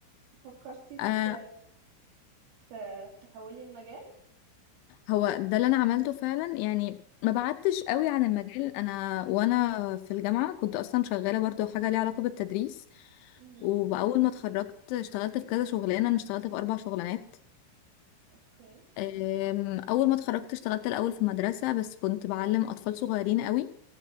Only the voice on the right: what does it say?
فكرتي
ت- ت- تحولي المجال
اه
امم
اوكي